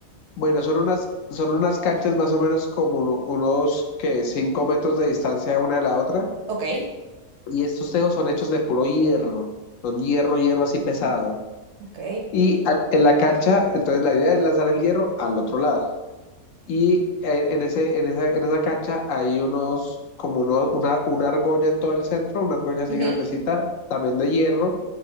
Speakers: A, on the left; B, on the right.
A: Bueno, son unas, son unas canchas más o menos como uno- unos que cinco metros de distancia una de la otra,
B: Ok.
A: y estos tejos son hechos de puro hierro, son hierro, hierro así pesado.
B: Ok.
A: Y al- en la cancha, entonces la idea es lanzar el hierro al otro lado. y en, en ese, en, esa, en esa cancha hay unos, como uno, una, una argolla en todo el centro, una argolla así
B: ujú,
A: grandecita, también de hierro,